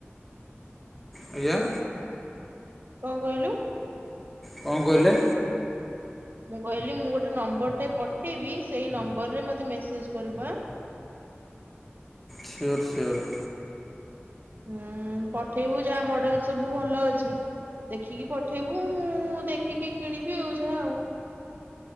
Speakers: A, in the centre; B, on the right.
A: ଆଜ୍ଞା।
B: କଣ କହିଲୁ।
A: କଣ କହିଲେ।
B: ମୁଁ କହିଲି ମୁଁ ଗୋଟେ ନମ୍ବରଟା ପଠେଇବି ସେଇ ନମ୍ବରରେ ମତେ ମେସେଜ କରିବୁ ଆଁ।
A: Sure sure.
B: ହୁଁ ପଠେଇବୁ ଯାହା ମଡେଲ ସବୁ ଭଲ ଅଛି। ଦେଖିକି ପଠେଇବୁ ମୁଁ ଦେଖିକି କିଣିବି ଆଉ ଯାହା ଆଉ।